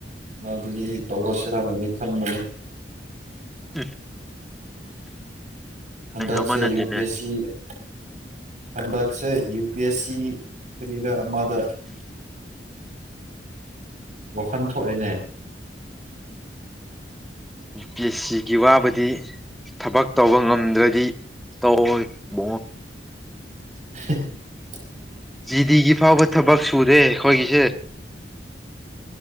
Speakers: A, on the right; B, in the centre.
A: ꯃꯥꯗꯨꯗꯤ ꯇꯧꯔꯁꯤꯔꯅꯗꯤ ꯈꯟꯕꯅꯤ <inaudible>
B: ꯎꯐꯝ
A: ꯍꯟꯗꯛꯁꯦ
B: ꯑꯃ ꯅꯠꯇꯦꯅꯦ
A: ꯌꯨ ꯄꯤ ꯑꯦꯁ ꯁꯤ ꯑꯦ ꯍꯟꯗꯛꯁꯦ ꯌꯨ ꯄꯤ ꯑꯦꯁ ꯁꯤ ꯀ꯭ꯔꯤꯔꯥ ꯑꯃꯗ ꯋꯥꯈꯟ ꯊꯣꯛꯑꯦꯅꯦ
B: ꯌꯨ ꯄꯤ ꯑꯦꯁ ꯁꯤꯒꯤ ꯋꯥꯕꯗꯤ ꯊꯕꯛ ꯇꯧꯕ ꯉꯝꯗ꯭ꯔꯗꯤ ꯇꯧꯑꯣꯏ ꯃꯣ꯫
A: <inaudible>
B: ꯖꯤꯗꯤꯒꯤ ꯐꯥꯎꯕ ꯊꯕꯛ ꯁꯨꯗꯦ ꯑꯩꯈꯣꯏꯒꯤꯁꯦ